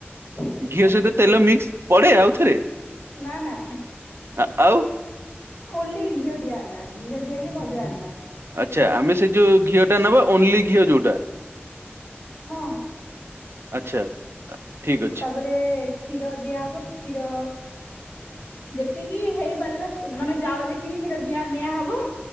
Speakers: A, on the left (about 45°); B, on the right (about 70°).
A: ତେଲ
B: ଘିଅ ସହିତ ତେଲ ମିକ୍ସ। ପଡେ ଆଉ ଥରେ?
A: ନା ନା।
B: ହ, ଆଉ?
A: ଓନଲି ଘିଅ ଦିଆ ହେଲା। ଘିଅ ଦିଆହେକି ଭଜା ହେଲା।
B: ଆଚଛା, ଆମେ ସେ ଯୋଉ ଘିଅ ଟା ନେବା, ଓନ୍ଲି ଘିଅ ଯୋଉଟା?
A: ହଁ
B: ଆଚ୍ଛା। ଠିକ ଅଛି
A: ତାପରେ କ୍ଷୀର ଦିଆ ହବ। କ୍ଷୀର ଯେତିକି ହେଇପାରିଲା, ମାନେ ଚାଉଳ ଦେଖିକି କ୍ଷୀର ଦିଆ ନିଆହବ।